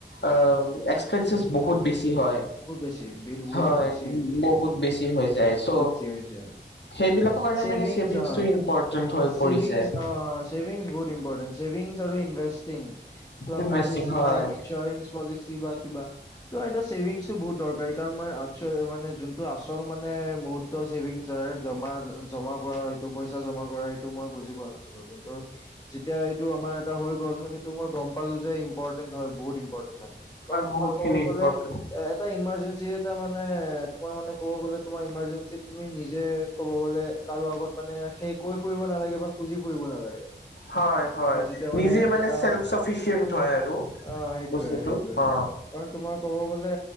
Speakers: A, on the left; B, on the left.
A: অ এস্ক এক্সপেনচিছ বহুত বেছি হয়
B: বহুত বেছি বিল বহুত
A: হয়
B: বেছি
A: বহুত বেছি হৈ যায় চ'
B: কি হৈছে
A: সেইবিলাকৰ কাৰণে
B: চেভিংছ
A: মানে ছেভিংছটো
B: অ
A: ইম্পৰ্টেন্ট হৈ পৰিছে
B: চেভিংছ অ চেভিংছ বহুত ইম্পৰ্টেণ্ট চেভিংছ তৰো ইনভেষ্টটিং তোমাৰ
A: ইনভেষ্টিং
B: পলিচি
A: হয়।
B: টাইপ ইঞ্চৰেঞ্চ পলিচি বা কিবা ত এটো চভিংছতো বহুত দৰকাৰী কাৰণ মই অকশয় মানে যোন টো আচল মানে মুহুৰ্ত চেভিংছ হয় জমা জমা কৰা এইটো পইচা জমা কৰা এইটো মই বুজি পোৱা নাছিলো কিন্তু যেতিয়া এইটো আমাৰ এটা হৈ গ'ল সেইটো মই গম পালো যে ইম্পৰ্টেণ্ট হয় বহুত ইম্পৰ্টেণ্ট হয় কাৰণ তোমাক
A: বহুত
B: ক'ব
A: খিনি
B: গলে
A: ইম্পৰ্টেণ্ট
B: এ এটা ইমাৰ্জেঞ্চি এটা মানে তোমাৰ মানে কব গলে তোমাৰ ইমাৰ্জেঞ্চিত তুমি নিজে কব গ'লে কাৰো আগত মানে সেই কৈ ফুৰিব নালাগে বা খুজি ফুৰিব নালাগে
A: হয় হয়
B: তোমাৰ যেতিয়া
A: নিজে মানে
B: এটা
A: চেল্ফ চফিচিয়েণ্ট হয় আৰু
B: অ সেইটোয়ে
A: বস্তুটো
B: সেইটোয়ে
A: অ
B: কাৰণ তোমাৰ ক'ব গ'লে